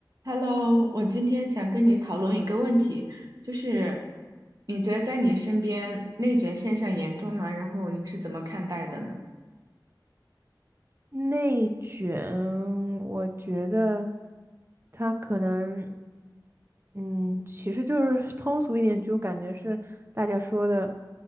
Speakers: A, on the right; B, on the right.
A: Hello，我今天想跟你讨论一个问题，就是你觉得在你身边内卷现象严重吗？然后你是怎么看待的呢？
B: 内卷，我觉得他可能，嗯，其实就是 <laughs> 通俗一点，就感觉是大家说的，